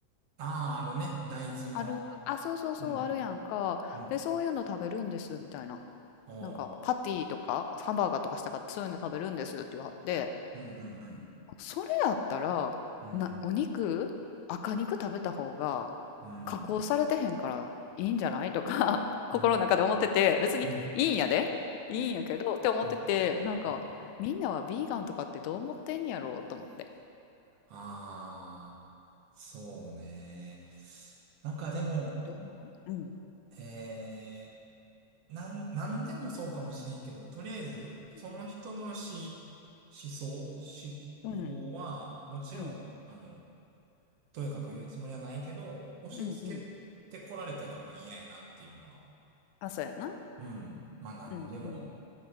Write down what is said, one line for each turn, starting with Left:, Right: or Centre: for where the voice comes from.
Right: ああ、あるね。大豆の。
Left: ある、あ、そうそうそう、
Right: うん、
Left: あるやんか。
Right: うん。
Left: で、そういうの食べるんです、みたいな。
Right: お
Left: なんか、パティとか、
Right: ー。
Left: ハンバーガーとかしたかった、そういうの食べるんですって言われて、
Right: うん、うん、うん、
Left: それやったら、
Right: うん、
Left: な、お肉、赤肉食べた方が、
Right: うん、
Left: 加工されてへんからいいんじゃないとか、<laughs> 心の中で思ってて、
Right: うん、うん、
Left: 別にいいんやで、
Right: うん、うん、
Left: いいんやけど、って思ってて、
Right: うん、
Left: なんか、
Right: うん。
Left: みんなはビーガンとかってどう思ってんやろうと思って。
Right: ああ、そうね。なんかでも、
Left: どう思ううん。
Right: えーなん、なんでもそうかもしれんけど、とりあえず、その人のし、
Left: うん。
Right: 思想、思考は、
Left: うん。
Right: もちろん、
Left: うん。
Right: あの、とやかく言うつもりはないけど、押し付けてこられたら、
Left: うんうん。
Right: まあ嫌やなっていうのは、
Left: あ、そうやな。
Right: うん、まあなんでも
Left: うんうん。